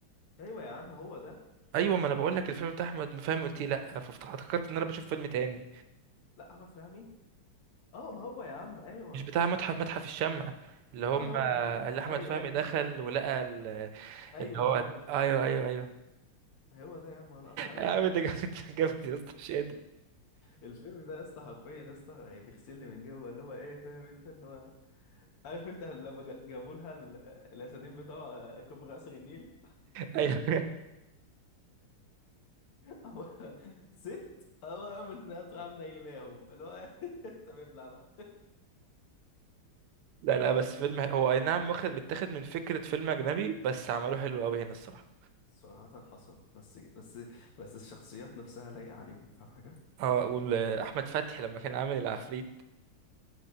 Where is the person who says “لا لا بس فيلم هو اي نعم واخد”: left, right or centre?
Right